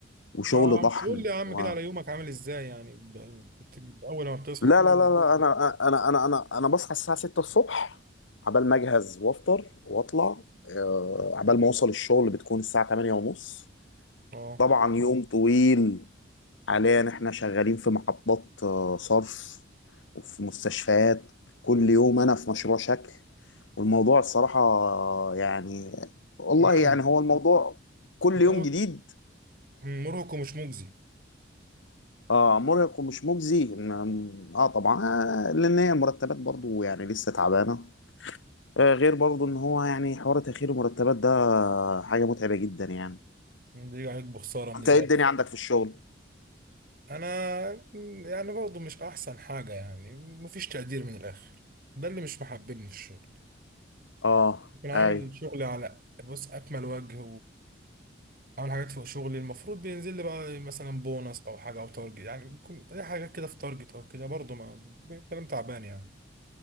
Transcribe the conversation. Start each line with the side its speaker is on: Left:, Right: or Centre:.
Left: وشغل
Right: اه
Left: طحن
Right: بتقول لي يا عم
Left: و...
Right: كده على يومك عامل ازاي يعني ب- بت- اول ما بتصحى
Left: لا
Right: كده
Left: لا لا لا انا انا انا انا انا بصحى الساعة 6 الصبح عبال ما اجهز وافطر واطلع آه، عبال ما اوصل الشغل بتكون الساعة 8 ونص
Right: اه
Left: طبعا يوم طويل حاليا احنا شغالين في محطات آه، صرف وفي مستشفيات كل يوم انا في مشروع شكل والموضوع الصراحة آه، يعني والله
Right: مرهق
Left: يعني هو الموضوع كل
Right: مرهق
Left: يوم جديد
Right: مرهق ومش مجزي
Left: اه مرهق ومش مجزي م- اه طبعا آه، لان هي مرتبات برضو يعني لسه تعبانة آه غير برضو ان هو يعني حوار تأخير المرتبات ده آه، حاجة متعبة جدا يعني
Right: بيجي عليك بخساره من
Left: انت
Right: الاخر
Left: ايه الدنيا عندك في الشغل
Right: انا يعني برضه مش احسن حاجه يعني مفيش تقدير من الاخر ده اللي مش محببني في الشغل
Left: اه
Right: كنت عامل
Left: ايوه
Right: شغلي على بص اكمل وجه اعمل حاجات فوق شغلي المفروض بينزل لي بقى مثلا بونص او حاجه او تارجت يعني بيكون اي حاجه كده في تارجت او كده برضه ما كلام تعبان يعني